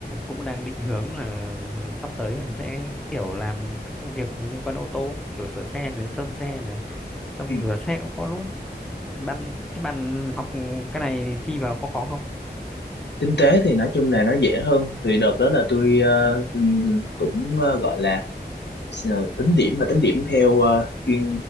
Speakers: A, in the centre; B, on the left.
A: cũng đang định hướng là sắp tới là sẽ kiểu làm các công việc liên quan đến ô tô ấy, kiểu sửa xe này sơn xe này xong
B: Ừ.
A: rửa xe cũng có luôn bạn thế bạn học cái này thi vào có khó không
B: kinh tế thì nói chung là nó dễ hơn thì đợt đó là tôi ờ, ừm, cũng ờ, gọi là ờ, tính điểm mà tính điểm theo ờ, chuyên